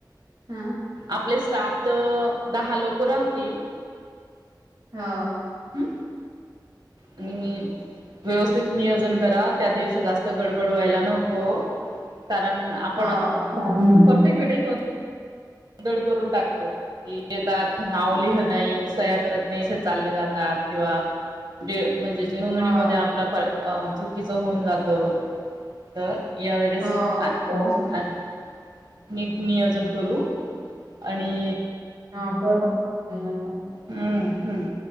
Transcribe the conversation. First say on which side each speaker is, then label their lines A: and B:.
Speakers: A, on the right; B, on the right.
A: हं.
B: आपले स्टाफ तर दहा लोक राहतील.
A: हं.
B: हम् अणि मी व्यवस्थित नियोजन करा. त्या दिवशी जास्त गडबड व्हायला नको, कारण आपण
A: हो. हो.
B: प्रत्येक वेळेस गो गोधड करून टाकतो <unintelligible> येतात नाव लिहत नाही. सह्या करत नाही असे चालले जातात, किंवा दे म्हणजे जे नोंदणी
A: हो
B: मध्ये आपला प चुकीचा होऊन जातो तर यावेेळेस
A: हो.
B: अ
A: हो.
B: अन नीट नियोजन करू. अणि
A: <unintelligible>
B: ह्म हम्म.